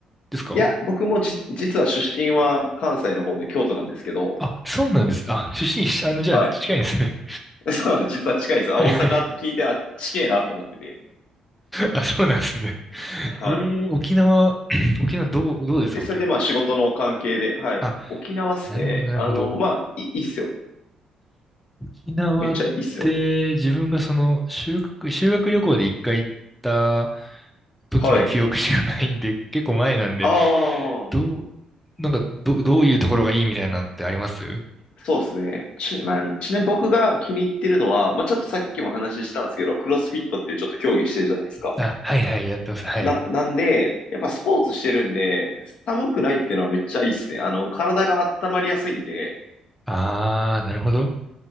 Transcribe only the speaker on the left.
いや、僕もじ、実は出身は関西の方で京都なんですけど、
はい。
<laughs> そうなの、実は近いんです。
あ、大阪って聞いて、あ、近えなと思ってて。
はい。
で、それでまあ仕事の関係で、はい。
沖縄っすね。
あの、まあ、い、いいっすよ。
めっちゃいいっすよ。
はい。
あ
あ、
そうですね。ち、まあ、ちなみに僕が気に入ってるのは、まあ、ちょっとさっきもお話ししたんですけど、クロスフィットっていうちょっと競技してるじゃないですか。
な、なんで、やっぱスポーツしてるんで、寒くないっていうのはめっちゃいいっすね。あの、体が温まりやすいんで、